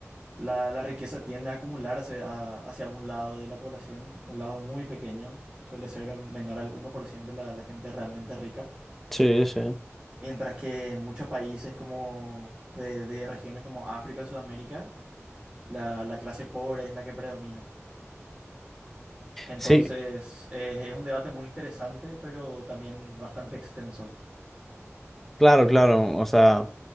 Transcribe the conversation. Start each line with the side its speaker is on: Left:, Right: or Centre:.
Right: La, la riqueza tiende a acumularse a- hacia un lado de la población, un lado muy pequeño, suele ser menor al 1% la, la gente realmente rica.
Centre: Sí, sí.
Right: Mientras que en muchos países como de, de regiones como África, Sudamérica, la, la clase pobre es la que predomina. Entonces,
Centre: Sí,
Right: eh, es un debate muy interesante, pero también bastante extenso.
Centre: Claro, claro. O sea,